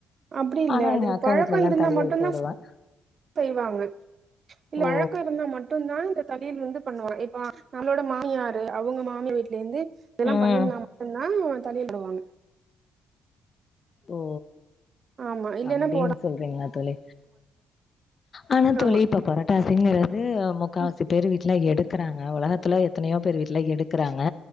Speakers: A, on the right; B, on the left.
A: அப்டி இல்ல
B: ஆனா
A: அது
B: எங்க அக்கா
A: பழக்கோ
B: வீட்லலாம்
A: இருந்தா
B: தழியல்
A: மட்டு
B: போடுவேன்.
A: தா செய்வாங்க இல்ல
B: ஓ!
A: வழக்கோ இருந்தா மட் மட்டும்தா இந்த தளியல் வந்து பண்ணுவோ ஆ நம்பளோட மாமியார் அவுங்க மாமியார் வீட் லேந்து இதல்லா
B: ம்.
A: பண்ணிருந்தா மட்டுந்தா தண்ணி விடுவாங்க
B: ஓ
A: ஆமா இல்லனா
B: அப்டின்னு
A: போட
B: சொல்றீங்களா தோழி ஆனா தோழி
A: ஆமா
B: இப்ப பரோட்டாசிங்க து முக்காவசி
A: ம்,
B: பேர் வீட்டுல எடுக்கறாங்க உலகத்துல எத்தனையோ பேர் வீட்டுல எடுக்கறாங்க